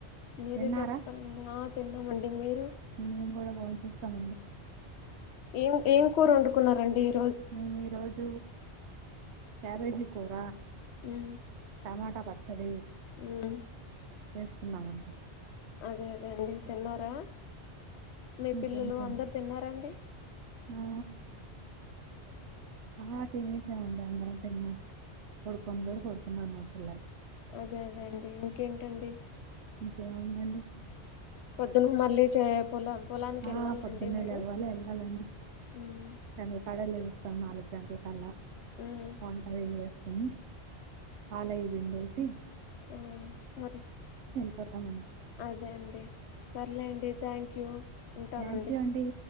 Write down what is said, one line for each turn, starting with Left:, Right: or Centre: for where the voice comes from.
Left: మీరే
Right: తిన్నారా?
Left: చెప్పండి ఆ తిన్నామండి మీరు
Right: మేము గూడా బోంచేసామండి
Left: ఏం ఏం కూరు వొండుకున్నారండి ఈ
Right: నీ ఈ రోజ్ క్యాబేజి కూర
Left: హ్మ్
Right: టమాటా పచ్చడి
Left: హ్మ్
Right: చేసుకున్నామండి
Left: అదే అదే అండి తిన్నారా మీ
Right: ఇంకేంటండి.
Left: పిల్లలు అందరు తిన్నారంండి
Right: ఆ! ఆ తిన సవడి అందరా న్నా కొడుకుని కూడా కొడుకున్నా అన్న ఇలా
Left: అదే అదే అండి ఇంకేంటండి
Right: ఇంకే ఉందండి
Left: పొద్దున్న మళ్ళీ చే పొలం పొలానికి
Right: ఆ
Left: వెళ్ళాలండి
Right: పొద్దున్నే
Left: మీరు
Right: లే అవ్వాలి వెళ్ళాలండి
Left: ఉమ్,
Right: కంగలు పడలేదు మం నాలుగు గంటల కల్లా
Left: ఉమ్,
Right: కొన్ంట విజస్త కని పాలయ్య బిండేసి
Left: ఆ సరే
Right: పోతామంది
Left: అదే అండి సర్లేండి థ్యాంక్ యూ ఉంటామండి
Right: థ్యాంక్ ూ అంటడి